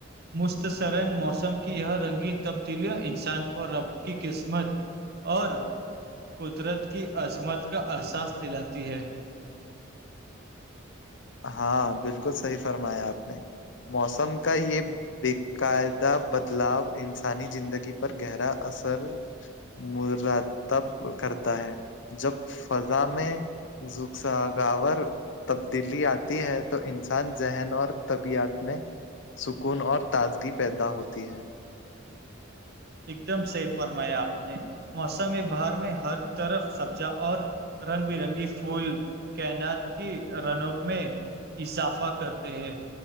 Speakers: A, on the right; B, on the left.
A: مختصرن موسم کی یہ رنگین تبدیلیاں انسان کو رب کی قسمت اور قدرت کی عظمت کا احساس دلاتی ہے
B: ہاں بالکل صحیح فرمایا آپ نے موسم کا یہ بقاعدہ بدلاؤ انسانی زندگی پر گہرا اثر مرادب کرتا ہے جب فضا میں زوک سا گاور دلی آتی ہے تو انسان ذہن اور طبیعت میں سکون اور تازگی پیدا ہوتی ہے
A: ایک دم سحیح فرمایا آپ نے موسم بہار میں ہر طرف سبزا اور رنگ برنگی پھول کینات کی رنک میں اضافہ کرتے ہیں